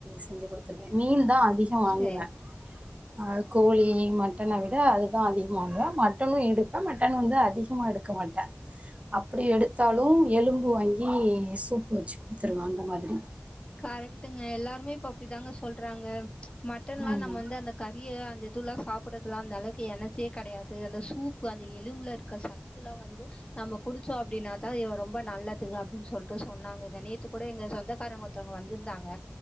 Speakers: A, on the right; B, on the left.
A: செஞ்சு குடுத்துருவே மீன் தா அதி கோ
B: சரி
A: வாங்குவே அ கோழி, மட்டன விட அதுதா அதிகமா வாங்குவே மட்டனு எடு ப்பே மட்டன் வந்து அதிகமா எடுக்க மாட்டே அப்பிடி எடுத்தாலு எலும்பு வாங்கி சூப்பு வச்சு குடுத்துருவே அந்த மாதிரி
B: கரக்ட்டுங்க எல்லாருமே இப்ப அப்டிதாங்க சொல்றாங்க மட்டன்ல்லா
A: ஆமா
B: நம்ம வந்து அந்த கறிய அந்த இதுல்லா சாப்பட்றதுலா அந்தளவுக்கு எனர்ஜியே கெடையாது அந்த சூப்பு அந்த எலும்புல இருக்க சத் துலா வந்து நம்ம குடிச்சோ அப்டின்னா தா இவ ரொம்ப நல்லதுங்க அப்டின் சொல்ட்டு சொன்னாங்க இத நேத்து கூட எங்க சொந்தக்காரவ்ங்க ஒர் த்தவுங்க வந்திருந்தாங்க